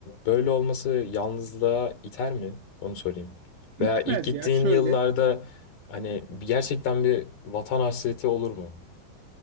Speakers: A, on the left; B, on the right.
A: böyle olması yalnızlığa iter mi? Onu sorayım.
B: Bitmez
A: Veya ilk gittiğin
B: ya şöyle.
A: yıllarda hani gerçekten bir vatan hasreti olur mu?